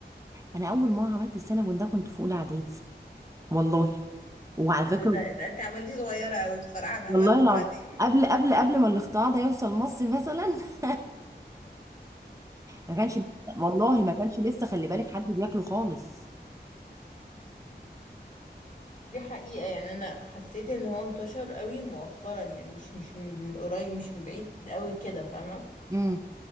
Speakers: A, on the right; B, on the left.
A: انا اول مره عملت السينابون ده كنت في اولى اعدادي والله وعلى
B: ده,
A: فكره
B: ده, ده انت عملتيه صغيرة اوي بصراحة انا
A: والله
B: عملته
A: العظيم
B: بعدين
A: قبل قبل قبل ما الاختراع ده يوصل مصر مثلا <laughs> ما كانش والله ما كانش لسه خلي بالك حد بياكله خالص
B: دي حقيقة يعني انا حسيت ان هو انتشر اوي مؤخرا يعني مش مش من قريب مش من بعيد اوي كده فاهمة
A: امم